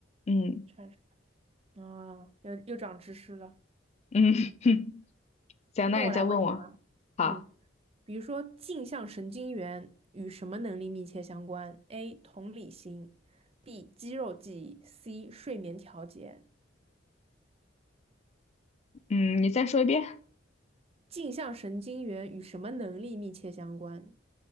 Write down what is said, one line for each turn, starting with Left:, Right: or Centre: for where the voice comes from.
Left: 嗯
Right: 产生啊，又又长知识了。
Left: 嗯，<laughs> 行，
Right: 那我来问你吧，
Left: 那你再问我。好，
Right: 嗯，比如说镜像神经元与什么能力密切相关？A. 同理心，B. 肌肉记忆，C. 睡眠调节。
Left: 嗯，你再说一遍。
Right: 镜像神经元与什么能力密切相关